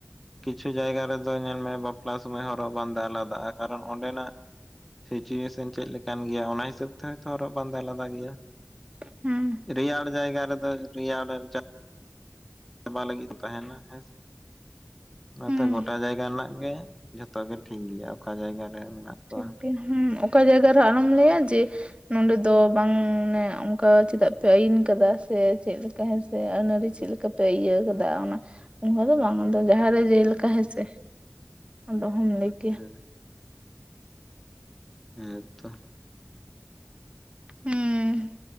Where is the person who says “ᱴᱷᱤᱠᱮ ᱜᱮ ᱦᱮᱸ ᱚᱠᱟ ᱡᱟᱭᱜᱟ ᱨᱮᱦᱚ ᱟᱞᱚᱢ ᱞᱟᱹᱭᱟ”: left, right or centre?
Right